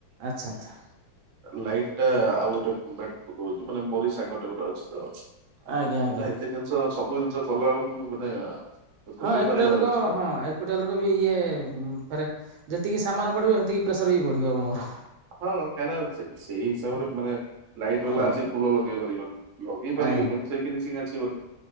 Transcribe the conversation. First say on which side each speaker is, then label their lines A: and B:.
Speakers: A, on the right (about 75°); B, on the right (about 60°).
A: ଆଚ୍ଛା ଆଚ୍ଛା।
B: ଲାଇଟ ଟା ଆଉ ଗୋଟେ ବେଟକୁ ଦଉଛି ମାନେ ମୋରି ସାଙ୍ଗଟେ ଗୋଟେ ଅଛି ତ। ମାନେ
A: ଆଜ୍ଞା ଆଜ୍ଞା
B: ଏତେ ଜିନିଷ ସବୁ ଜିନିଷ କଲା ବେଳକୁ ମାନେ
A: ହଁ
B: ଯୋଗେଇ
A: ଏକୁଟିଆ
B: ପାରିବାର
A: ଲୋକ
B: ଅଛି ନାଁ।
A: ହଁ ଏକୁଟିଆ ଲୋକ ବି ଇଏ ଫେରେ ଯେତିକି ସାମାନ ବଢ଼ିବ ସେତିକି ପ୍ରେସର ବି ବଢ଼ିବ ଆପଣଙ୍କର।
B: ହଁ କାହିଁକି ନା ସେ ସେଇ ହିସାବରେ ମାନେ ଲାଇଟ୍ ବାଲା
A: ଆଜ୍ଞା
B: ଆସି ଫୁଲ ଲଗେଇ ପାରିବେନି ଲଗେଇ ପାରିବେ
A: ଆଜ୍ଞା
B: କିନ୍ତୁ ସେ ଫିନିସିଂ ଆସିବନି।